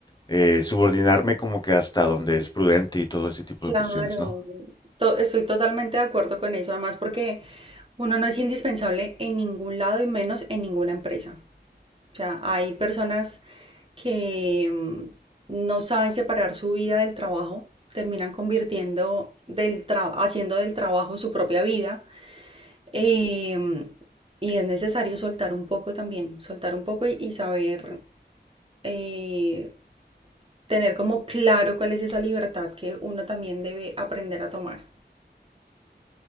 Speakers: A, on the left; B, on the right.
A: eh, subordinarme como que hasta donde es prudente y todo ese tipo
B: Claro,
A: de cuestiones, ¿no?
B: to- estoy totalmente de acuerdo con eso, además porque uno no es indispensable en ningún lado y menos en ninguna empresa. O sea, hay personas que mm, no saben separar su vida del trabajo, terminan convirtiendo del tra- haciendo del trabajo su propia vida, em, y es necesario soltar un poco también, soltar un poco y, y saber eh, tener como claro cuál es esa libertad que uno también debe aprender a tomar.